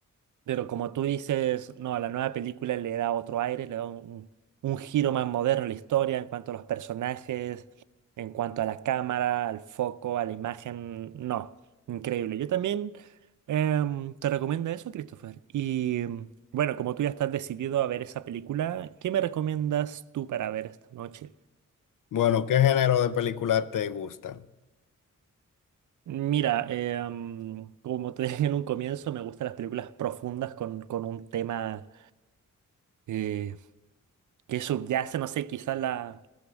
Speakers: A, on the right; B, on the left.
A: Pero como tú dices, no, a la nueva película le da otro aire, le da un, un- un giro más moderno a la historia en cuanto a los personajes, en cuanto a la cámara, al foco, a la imagen. No, increíble. Yo también em, te recomiendo eso, Christopher. Bueno, como tú ya estás decidido a ver esa película, ¿qué me recomiendas tú para ver esta noche?
B: Bueno, ¿qué género de películas te gustan?
A: Mira, eh, mm, como te dije en un comienzo, me gustan las películas profundas con, con un tema eh, que subyace, no sé, quizás la,